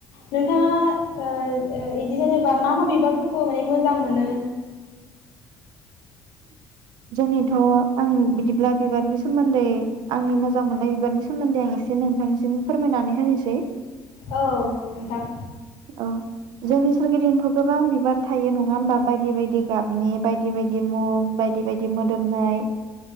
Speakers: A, on the left; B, on the right.
A: नोंथाङा ओ ओ इदि जेनेबा मा मा बिबारफोरखौ माने मोजां मोनो?
B: जोंनिथ' आं बिदिब्ला बिबारनि सोमोन्दै आंनि मोजां मोननाय बिबारनि सोमोन्दै आं एसे नोंथांनिसिम फोरमायनानै होनोसै।
A: औ नोंथां।
B: औ जोंनि सोरगिदिंथ' गोबां बिबार थायो नङा होमबा बायदि बायदि गाबनि बायदि बाय दि मुं बायदि बायदि मोदोमनाय